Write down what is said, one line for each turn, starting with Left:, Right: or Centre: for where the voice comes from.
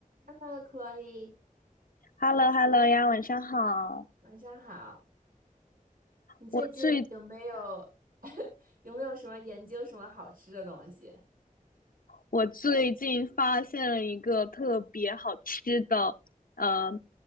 Right: Hello，Chloe，
Left: h e l l o h e l l o 呀，晚上好。
Right: 晚上好。你最近有没有
Left: 我最
Right: <laughs> 有没有什么研究什么好吃的东西？
Left: 我最近发现了一个特别好吃的，呃，